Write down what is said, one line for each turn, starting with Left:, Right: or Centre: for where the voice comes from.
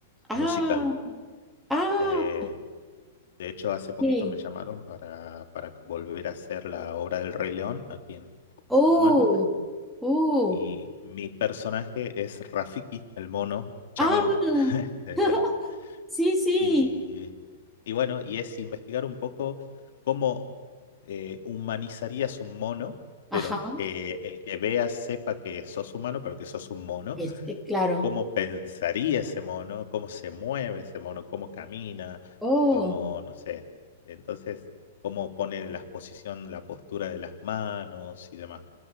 Centre: Ah,
Left: musical.
Centre: ah,
Left: Eh, de hecho, hace poquito
Centre: ok,
Left: me llamaron para, para volver a hacer la obra del Rey León aquí en
Centre: oh,
Left: Tucumán.
Centre: oh,
Left: Y mi personaje es Rafiki, el mono, chamán.
Centre: ah,
Left: <laughs> Este,
Centre: <laughs> sí, sí,
Left: y, y bueno, y es investigar un poco cómo eh, humanizarías un mono,
Centre: ajá.
Left: pero que el que vea sepa que sos humano, pero que sos un mono
Centre: Es- eh, claro.
Left: cómo pensaría ese mono, cómo se mueve ese mono, cómo camina,
Centre: Oh,
Left: cómo, no sé, entonces, cómo pone la posición, la postura de las manos y demás.